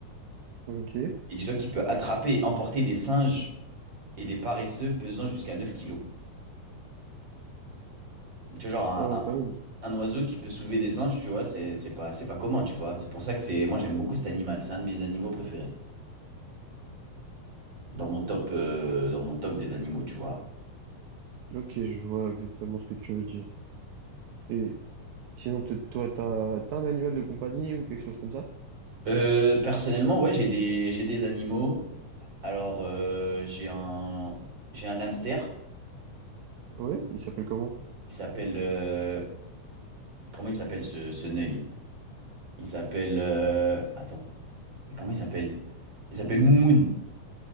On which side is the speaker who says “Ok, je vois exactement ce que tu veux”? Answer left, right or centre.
Right